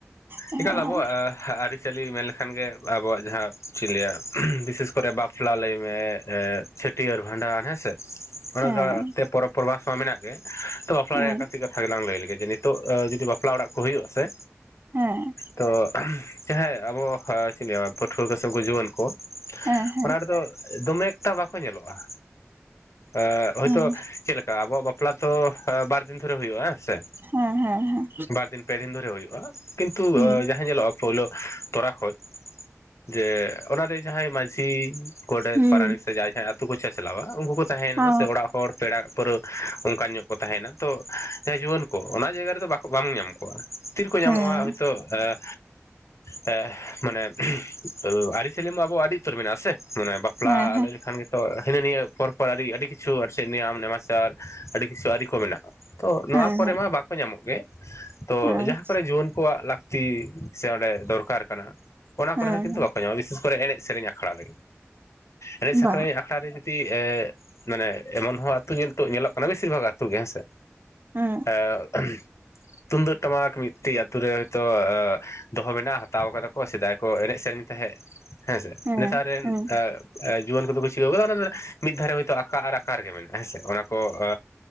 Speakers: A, on the right; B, on the left.
A: ᱦᱮᱸ
B: ᱮᱠᱟᱞ ᱟᱵᱚᱣᱟᱜ ᱟᱹ ᱟᱹᱨᱤᱪᱟᱹᱞᱤ ᱢᱮᱱ ᱞᱮᱠᱷᱟᱱ ᱜᱮ ᱟᱵᱚᱣᱟᱜ ᱡᱟᱦᱟᱸ ᱪᱮᱫᱤᱧ ᱞᱟᱹᱭᱟ ᱵᱤᱥᱮᱥ ᱠᱚᱨᱮ ᱵᱟ ᱯᱞᱟ ᱞᱟᱹᱭ ᱢᱮ ᱮᱸᱫ ᱪᱷᱟᱹᱴᱭᱟᱹᱨ ᱵᱷᱟᱸᱰᱟᱱ ᱦᱮᱸ ᱥᱮ ᱚᱱᱟᱠᱟᱛᱮ
A: ᱦᱮᱸ
B: ᱯᱚᱨᱚᱵᱽ ᱯᱚᱨᱵᱟᱥ ᱢᱟ ᱢᱮᱱᱟᱜ ᱜᱮ, ᱛᱚ ᱵᱟᱯᱞᱟ
A: ᱦᱮᱸ
B: ᱨᱮᱭᱟᱜ ᱠᱟᱹᱴᱤᱡ ᱠᱟᱛᱷᱟ ᱜᱮᱞᱟᱝ ᱞᱟᱹᱭ ᱞᱮᱜᱮ ᱡᱮ ᱱᱤᱛᱚᱜ ᱟᱹ ᱡᱩᱫᱤ ᱵᱟᱯᱞᱟ ᱚᱲᱟᱜ ᱠᱚ ᱦᱩᱭᱩᱜ-ᱟ ᱥᱮ
A: ᱦᱮᱸ
B: ᱛᱚ ᱪᱟᱦᱮ ᱟᱵᱚ ᱟᱹ ᱪᱮᱫ ᱤᱧ ᱞᱟᱹᱭᱟ ᱯᱟᱹᱴᱷᱩᱣᱟᱹ ᱠᱩ ᱥᱮ ᱩᱝᱠᱩ ᱡᱩᱣᱟᱹᱱ ᱠᱩ
A: ᱦᱮᱸ ᱦᱮᱸ
B: ᱚᱱᱟ ᱨᱮᱫᱚ ᱫᱚᱢᱮ ᱮᱠᱴᱟ ᱵᱟᱠᱚ ᱧᱮᱞᱚᱜ-ᱟ᱾ ᱮᱜ ᱦᱚᱭᱛᱳ
A: ᱦᱮᱸ
B: ᱪᱮᱫ ᱞᱮᱠᱟ ᱟᱵᱚᱣᱟᱜ ᱵᱟᱯᱞᱟ ᱛᱚ ᱟᱹ ᱵᱟᱨᱫᱤᱱ ᱫᱷᱚᱨᱮ ᱦᱩᱭᱩᱜ-ᱟ ᱦᱮᱸ ᱥᱮ,
A: ᱦᱮᱸ ᱦᱮᱸ ᱦᱮᱸ᱾
B: ᱵᱟᱨ ᱫᱤᱱ ᱯᱮ ᱫᱤᱱ ᱫᱷᱚᱨᱮ ᱦᱩᱭᱩᱜᱼᱟ, ᱠᱤᱱᱛᱩ
A: ᱦᱩᱸ
B: ᱟᱹ ᱡᱟᱦᱟᱸ ᱧᱮᱞᱚᱜᱼᱟ ᱯᱳᱭᱞᱩ ᱛᱚᱨᱟ ᱠᱷᱚᱡ ᱡᱮ ᱚᱱᱟᱨᱮ ᱡᱟᱦᱟᱸᱭ ᱢᱟᱺᱡᱷᱤ ᱜᱚᱰᱮᱛ
A: ᱦᱩᱸ
B: ᱯᱟᱨᱟᱱᱤᱠ ᱥᱮ ᱡᱟᱦᱟᱸᱭ ᱡᱟᱦᱟᱸᱭ ᱟᱛᱩ ᱠᱩ ᱪᱟᱪᱞᱟᱣᱟ ᱩᱱᱠᱩ ᱠᱚ ᱛᱟᱦᱮᱸᱭᱱᱟ
A: ᱚ
B: ᱥᱮ ᱚᱲᱟᱜ ᱦᱚᱲ ᱯᱮᱲᱟ ᱯᱟᱹᱨᱟᱹ ᱚᱝᱠᱟ ᱧᱚᱜ ᱠᱚ ᱛᱟᱦᱮᱸᱭᱱᱟ᱾ ᱛᱚ ᱮ ᱡᱩᱣᱟᱹᱱ ᱠᱚ ᱚᱱᱟ ᱡᱟᱭᱜᱟ ᱨᱮᱫᱚ ᱵᱟᱠᱚ ᱵᱟᱝ ᱧᱟᱢ ᱠᱚᱣᱟ ᱛᱤᱨᱮᱠᱚ ᱧᱟᱢᱚᱜ-ᱟ
A: ᱦᱮᱸ
B: ᱦᱚᱭᱛᱚ ᱮ ᱮ ᱢᱟᱱᱮ ᱟᱹᱨᱤ-ᱪᱟᱹᱞᱤ ᱢᱟ ᱟᱵᱚᱣᱟᱜ ᱟᱹᱰᱤ ᱩᱛᱟᱹᱨ ᱢᱮᱱᱟᱜ-ᱟ ᱥᱮ ᱢᱟᱱᱮ ᱵᱟ ᱯᱞᱟ
A: ᱦᱮᱸ
B: ᱟᱞᱮ ᱡᱚᱠᱷᱟᱱ ᱜᱮ ᱛᱚ ᱦᱤᱱᱟᱹ ᱱᱤᱭᱟᱹ ᱯᱚᱨᱚᱵᱽ ᱯᱚᱨᱟ ᱟᱹᱰᱤ ᱟᱹᱰᱤ ᱠᱤᱪᱷᱩ ᱟᱨ ᱥᱮ ᱱᱤᱭᱚᱢ ᱱᱮᱢᱟᱪᱟᱨ ᱟᱹᱰᱤ ᱠᱤᱪᱷᱩ ᱟᱹᱨᱤ ᱠᱚ ᱢᱮᱱᱟᱜ-ᱟ᱾ ᱛᱚ ᱱᱚᱣᱟ
A: ᱦᱮᱸ
B: ᱠᱚᱨᱮ
A: ᱦᱮᱸ
B: ᱢᱟ ᱵᱟᱠᱚ ᱧᱟᱢᱚᱜ ᱜᱮ ᱛᱚ
A: ᱦᱮᱸ
B: ᱡᱟᱦᱟᱸ ᱠᱚᱨᱮ ᱡᱩᱣᱟᱹᱱ ᱠᱚᱣᱟᱜ ᱞᱟᱠ ᱛᱤ ᱥᱮ ᱚᱸᱰᱮ ᱫᱚᱨᱠᱟᱨ ᱠᱟᱱᱟ ᱦᱟᱸᱜ ᱚᱱᱟ ᱠᱚᱨᱮ
A: ᱦᱮᱸ
B: ᱦᱚᱸ ᱠᱤᱱᱛᱩ ᱵᱟᱠᱚ ᱧᱟᱢᱚᱜ-ᱟ ᱵᱤᱥᱮᱥ ᱠᱚᱨᱮ ᱮᱱᱮᱡ ᱥᱮᱨᱮᱧ ᱟᱠᱷᱲᱟ ᱨᱮ ᱮᱱᱮᱡ ᱥᱮᱠᱨᱮᱧ
A: ᱵᱟ
B: ᱟᱠᱷ ᱲᱟ ᱨᱮ ᱡᱩᱫᱤ ᱮ ᱢᱟᱱᱮ ᱮᱢᱚᱱ ᱦᱚᱸ ᱟᱹᱛᱩ ᱧᱤᱛᱚᱜ ᱧᱮᱞᱚᱜ ᱠᱟᱱᱟ ᱵᱮᱥᱤᱨ ᱵᱷᱟᱜᱽ ᱟᱹᱛᱩ ᱜᱮ ᱦᱮᱸᱥᱮ,
A: ᱦᱮᱸ
B: ᱮᱸᱜ ᱛᱩᱢᱫᱟᱹᱜ ᱴᱟᱢᱟᱠ ᱢᱤᱫᱴᱮᱡ ᱟᱹᱛᱩ ᱨᱮ ᱦᱳᱭᱛᱚ ᱮ ᱫᱚᱦᱚ ᱢᱮᱱᱟᱜ-ᱟ ᱦᱟᱛᱟᱣ ᱠᱟᱫᱟ ᱠᱚ ᱥᱮᱫᱟᱭ ᱠᱚ ᱮᱱᱮᱡ ᱥᱮᱨᱮᱧ ᱛᱟᱦᱮᱸᱫ ᱦᱮᱸᱥᱮ
A: ᱦᱮᱸ
B: ᱱᱮᱛᱟᱨ ᱨᱮᱱ
A: ᱦᱮᱸ
B: ᱮᱜ ᱮ ᱡᱩᱣᱟᱹᱱ ᱠᱚᱫᱚ ᱠᱚ ᱪᱤᱠᱟᱹᱣ ᱠᱟᱫᱟ ᱚᱱᱟ ᱢᱤᱫ ᱫᱷᱟᱨᱮ ᱦᱳᱭᱛᱳ ᱟᱠᱟ ᱟᱨ ᱟᱠᱟ ᱨᱮᱜᱮ ᱢᱮᱱᱟᱜᱼᱟ, ᱦᱮᱸᱥᱮ ᱚᱱᱟ ᱠᱚ ᱚ